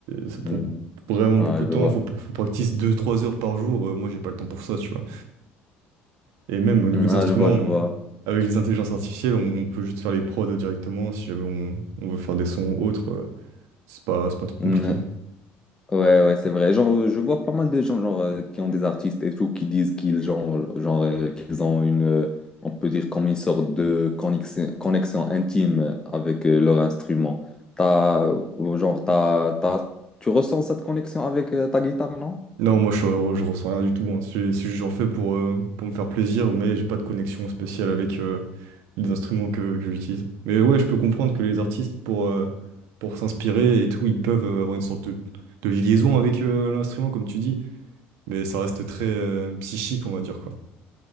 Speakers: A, on the right; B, on the left.
A: ça prend
B: Mm.
A: vraiment
B: Ah,
A: beaucoup de
B: je
A: temps.
B: vois.
A: Faut, faut practice 2-3 heures par jour. Euh, moi, j'ai pas le temps pour ça, tu vois. Et même
B: Mm,
A: au niveau des
B: Ah,
A: instruments,
B: je vois, je
A: on-
B: vois.
A: avec les intelligences artificielles, on, on peut juste faire les prods directement si jamais on, on veut faire des sons autres. euh, c'est pas, c'est pas trop
B: Mm.
A: compliqué.
B: Ouais, ouais, c'est vrai. Genre, euh, je vois pas mal de gens genre, euh, qui ont des artistes et tout qui disent qu'ils genre, genre, euh, qu'ils ont une, euh, on peut dire comme une sorte de connexion, connexion intime avec euh, leur instrument. T'as, euh, genre, t'as, t'as- tu ressens cette connexion avec euh, ta guitare, non?
A: Non, moi je, re- je ressens rien du tout. Hein. C'est c'est juste j'en fais pour, euh, pour me faire plaisir, mais j'ai pas de connexion spéciale avec euh, les instruments que, que j'utilise. Mais ouais, je peux comprendre que les artistes, pour, euh, pour s'inspirer et tout, ils peuvent euh, avoir une sorte de, de liaison avec euh, l'instrument, comme tu dis, mais ça reste très euh, psychique, on va dire, quoi.